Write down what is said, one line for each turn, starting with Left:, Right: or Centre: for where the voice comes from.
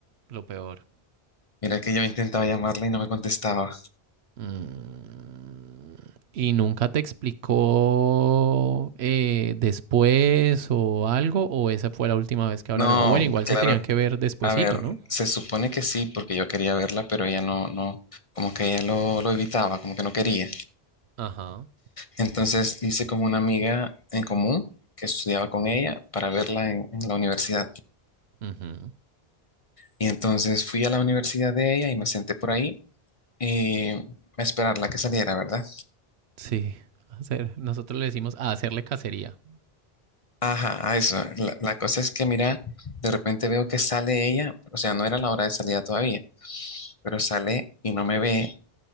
Right: lo peor.
Left: Mira que yo intentaba llamarla y no me contestaba.
Right: Mm, ¿Y nunca te explicó eh, después o algo? ¿O esa fue la última vez que hablaron?
Left: No,
Right: O bueno, igual
Left: claro.
Right: se tenían que ver despuesito,
Left: A ver,
Right: ¿no?
Left: se supone que sí, porque yo quería verla, pero ella no, no, como que ella lo, lo evitaba, como que no quería.
Right: Ajá.
Left: Entonces hice como una amiga en común que estudiaba con ella para verla en, en la universidad.
Right: Ujú.
Left: Y entonces fui a la universidad de ella y me senté por ahí y a esperarla que saliera, ¿verdad?
Right: Sí, hacer, nosotros le decimos a hacerle cacería.
Left: Ajá, a eso. La, la cosa es que, mira, de repente veo que sale ella, o sea, no era la hora de salida todavía, pero sale y no me ve.